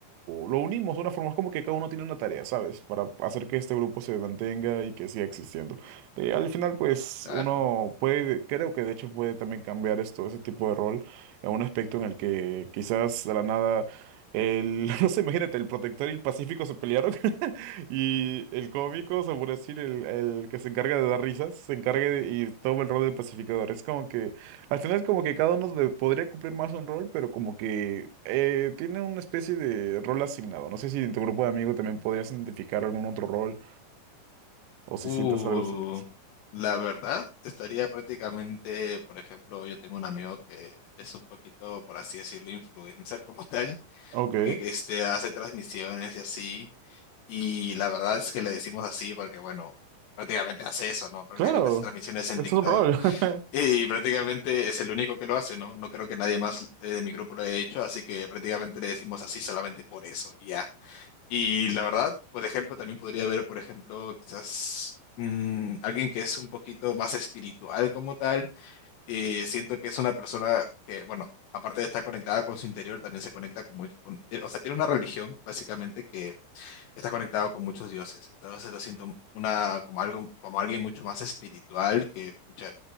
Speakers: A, on the right; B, on the left.
A: lo unimos de una forma, es como que cada uno tiene una tarea, ¿sabes? Para hacer que este grupo se mantenga y que siga existiendo. Y al final, pues,
B: Claro.
A: uno puede, creo que de hecho puede también cambiar esto, ese tipo de rol, a un aspecto en el que quizás de la nada, el, <laughs> no sé, imagínate, el protector y el pacífico se pelearon <laughs> y el cómico, se puede decir, el, el que se encarga de dar risas, se encargue de- y toma el rol del pacificador. Es como que al final como que cada uno de- podría cumplir más un rol, pero como que eh, tiene una especie de rol asignado. No sé si en tu grupo de amigos también podrías identificar algún otro rol o si
B: Uh,
A: sientes algo así. así.
B: la verdad, estaría prácticamente, por ejemplo, yo tengo un amigo que es un poquito, por así decirlo, influencer como <laughs> tal,
A: Ok,
B: porque que este, hace transmisiones y así, y la verdad es que le decimos así porque, bueno, prácticamente hace eso, ¿no? Prácticamente
A: claro,
B: hace transmisiones en
A: es
B: TikTok
A: un rol. <laughs>
B: Y prácticamente es el único que lo hace, ¿no? No creo que nadie más eh, de mi grupo lo haya hecho, así que prácticamente le decimos así solamente por eso, y ya. Y la verdad, por ejemplo, también podría haber, por ejemplo, quizás mm, alguien que es un poquito más espiritual como tal. y siento que es una persona que, bueno, aparte de estar conectada con su interior, también se conecta con, muy- con- o sea, tiene una religión básicamente que está conectado con muchos dioses. Entonces lo siento una, como algo, como alguien mucho más espiritual que, pucha,